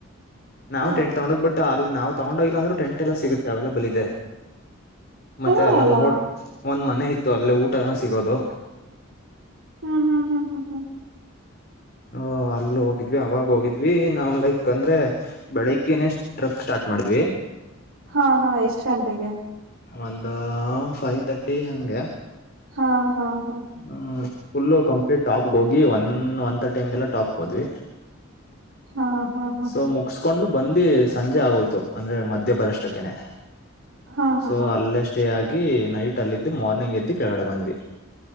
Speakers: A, on the left; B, on the right.
A: ನಾವವು
B: ಹ
A: ಟೆಂಟ್ ತಗೊಂಡದ್ ಬಿಿಟ್ಟು ಅಲ್ಲಿ ನಾವ್ ತಗೊಂಡೋಗಿಲ್ಲ ಅಂದ್ರೂ ಟೆಂಟ್ ಎಲ್ಲ ಸಿಗುತ್ತೆ ಅವೈಲಬಲ್ ಇದೆ
B: ಚೆನ್ನಾಗಲ್ಲ
A: ಮತ್ತೆ ಅಲ್ಲೊಂದು ಹೋಡ್ ಒಂದ್ ಮನೆ ಇತ್ತು ಅಲ್ಲಿ ಊಟ ಸಿಗೋದು
B: ಹ್ಮ್ ಹ್ಮ್ ಹ್ಮ್ ಹ್ಮ್ ಹ್ಮ್
A: ಹ ಅಲ್ಲ ಹೋಗಿದ್ವಿ ಅವಾಗ ಹೋಗಿದ್ವಿ ನಾವ್ ಲೈಕ್ ಅಂದ್ರೆ ಬೆಳಿಗ್ನೆೇ ಟ್ರಕ್ ಸ್ಟಾರ್ಟ್ ಮಾಡಿದ್ವಿ
B: ಹಾ ಹಾ ಎಷ್ಟು ಗಂಟೆಗೆ
A: ಒಂದು ಫೈವ್ ತರ್ಟಿ ಹಂಗೆ
B: ಹಾ ಹಾ ಹಾ
A: ಹ್ಮ್ ಫುಲ್ಲ ಕಂಪ್ಲೀಟ್ ಟಾಪ್ ಹೋಗಿ ಒನ್ ಒನ್ ತರ್ಟಿ ಹಂಗೆಲ್ಲ ಟಾಪ್ಗೆ ಹೋದ್ವಿ <unintelligible>
B: ಹಾ ಹಾ ಹಾ
A: ಸೊ
B: ಹಾ
A: ಮುಗಸ್ಕೊಂಡು ಬಂದು ಸಂಜೆ ಆಗೋಯ್ತು ಅಂದ್ರೆ ಮಧ್ಯ ಬರಷ್ಟಕ್ಕನೆ
B: ಹಾ ಹಾ
A: ಸೊ
B: ಹಾ
A: ಅಲ್ಲೇ ಸ್ಟೇ ಆಗಿ ನೈಟ್ ಅಲ್ಲಿದ್ದು ಮಾರ್ನಿಂಗ್ ಇದ್ದು ಕೆಳಗಡೆ ಬಂದ್ವಿ